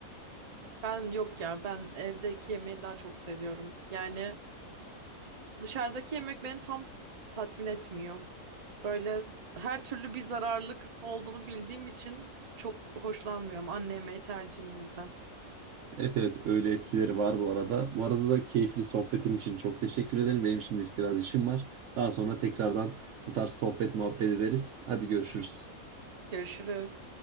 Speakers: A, on the right; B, on the right.
A: Ben yok ya. Ben evdeki yemeği daha çok seviyorum. Yani dışarıdaki yemek beni tam tatmin etmiyor. Böyle her türlü bir zararlı kısmı olduğunu bildiğim için çok hoşlanmıyorum. Anne yemeği tercihim o yüzden.
B: Evet evet öyle etkileri var bu arada. Bu arada da keyifli sohbetin için çok teşekkür ederim. Benim şimdilik biraz işim var. Daha sonra tekrardan bu tarz sohbet muhabbet ederiz. Hadi görüşürüz.
A: Görüşürüz.